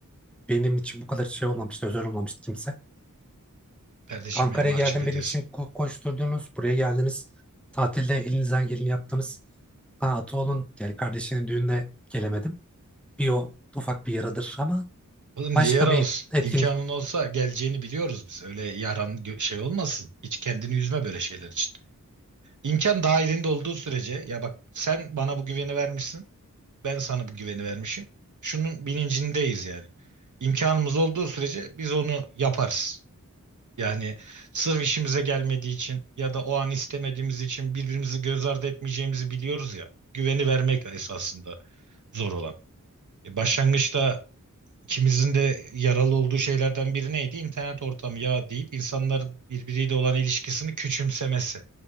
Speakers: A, in the centre; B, on the right (about 65°).
A: benim için bu kadar şey olmamıştı, özel olmamıştı kimse.
B: Kardeşim
A: Ankara'ya
B: beni mahcup
A: geldim
B: ediyorsun.
A: benim için ko- koşturdunuz, buraya geldiniz. Tatilde elinizden geleni yaptınız. Ha, Atoğlu'nun yani kardeşinin düğününe gelemedim. Bir o ufak bir yaradır ama
B: Oğlum
A: başka
B: niye yara
A: bir
B: olsun?
A: etkinlik.
B: İmkanın olsa geleceğini biliyoruz biz. Öyle yaran gö- şey olmasın. Hiç kendini üzme böyle şeyler için. İmkan dahilinde olduğu sürece ya bak sen bana bu güveni vermişsin. Ben sana bu güveni vermişim. Şunun bilincindeyiz yani. İmkanımız olduğu sürece biz onu yaparız. Yani sırf işimize gelmediği için ya da o an istemediğimiz için birbirimizi göz ardı etmeyeceğimizi biliyoruz ya. Güveni vermek esasında zor olan. E, başlangıçta ikimizin de yaralı olduğu şeylerden biri neydi? İnternet ortamı ya deyip insanların birbiriyle olan ilişkisini küçümsemesi